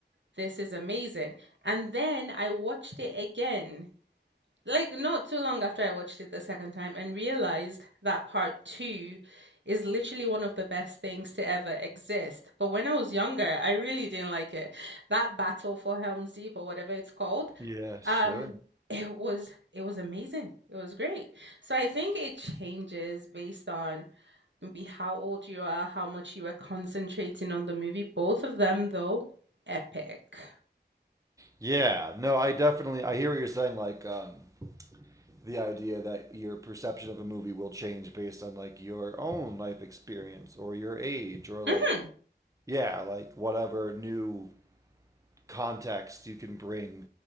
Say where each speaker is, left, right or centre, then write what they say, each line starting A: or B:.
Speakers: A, on the right; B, on the right.
A: this is amazing." And then I watched it again, like not too long after I watched it the second time, and realized that part two is literally one of the best things to ever exist. But when I was younger, I really didn't like it. That battle for Helm's Deep or whatever it's called,
B: Yeah, sure.
A: um it was it was amazing it was great so i think it changes based on maybe how old you are how much you were concentrating on the movie both of them though epic
B: Yeah. No, I definitely I hear what you're saying like um the idea that your perception of a movie will change based on like your own life experience or your age or like
A: Mhm.
B: yeah, like whatever new context you can bring